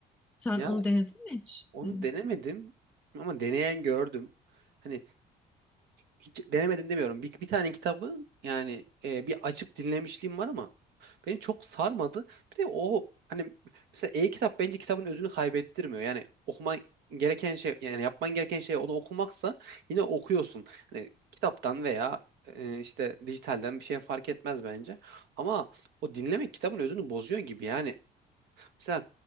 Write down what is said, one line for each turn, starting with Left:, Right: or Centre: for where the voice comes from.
Centre: Sen
Right: Ya
Centre: onu denedin mi hiç?
Right: Onu
Centre: Hani
Right: denemedim ama deneyen gördüm. Hani hiç denemedim demiyorum. Bir, bir tane kitabı yani e, bir açıp dinlemişliğim var ama beni çok sarmadı. Bir de o hani mesela e-kitap bence kitabın özünü kaybettirmiyor. Yani okuman gereken şey yani yapman gereken şey onu okumaksa yine okuyorsun. Hani kitaptan veya e, işte dijitalden bir şey fark etmez bence. Ama o dinlemek kitabın özünü bozuyor gibi yani. Mesela